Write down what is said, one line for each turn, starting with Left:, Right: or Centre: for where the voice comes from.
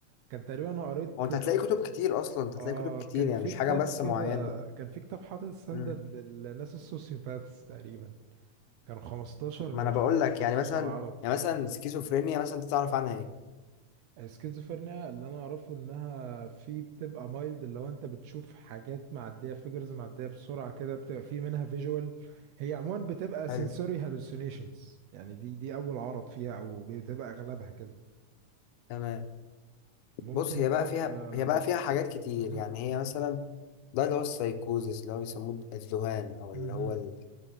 Right: كان تقريبا انا قريت
Left: هو انت هتلاقي كتب كتير اصلا انت هتلاقي
Right: اه
Left: كتب كتير
Right: كان
Left: يعني
Right: في
Left: مش
Right: كتاب
Left: حاجه بس
Right: كده
Left: معينه
Right: كان في كتاب حاطط ستاندرد
Left: امم
Right: للناس السوسيوباثs تقريبا كانوا 15
Left: ما انا بقول
Right: خ-
Left: لك
Right: 15
Left: يعني مثلا
Right: عرض كده
Left: يعني مثلا سكيزوفرينيا مثلا انت تعرف عنها ايه
Right: السكيزوفرينيا اللي انا اعرفه انها في بتبقى مايلد اللي هو انت بتشوف حاجات معديه فيجرز معديه بسرعه كده بتبقى في منها فيجوال هي عموما بتبقى sensory
Left: حلو
Right: hallucinations يعني دي دي اول عرض فيها او بتبقى اغلبها كده
Left: تمام
Right: ممكن
Left: بص هي بقى
Right: تبقى
Left: فيها هي بقى
Right: بص
Left: فيها حاجات كتير
Right: مهم.
Left: يعني هي مثلا ده اللي هو السايكوزيس اللي هو بيسموه الذهان او
Right: مهم.
Left: اللي هو ال-